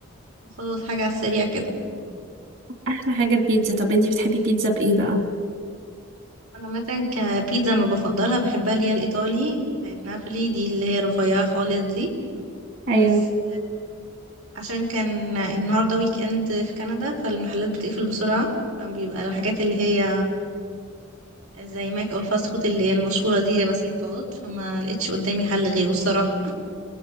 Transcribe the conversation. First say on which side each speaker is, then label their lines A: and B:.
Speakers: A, on the right; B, on the right.
A: وخلاص حاجه على السريع كده
B: احلى حاجه البيتزا طب انتي بتحبي بيتزا بايه بقى
A: انا عامه كبيتزا ما بفضلها بحبها اللي هي الايطالي بتاعت نابولي دي اللي هي رفيعه خالص دي
B: ايوه
A: بس عشان كان النهاردة ويك اند في كندا فالمحلات بتقفل بسرعة فبيبقى الحاجات اللي هي زي ماك او الفاست فود اللي هي المشهورة دي هي بس اللي بتقعد فما لقيتش قدامي حل غيره الصراحة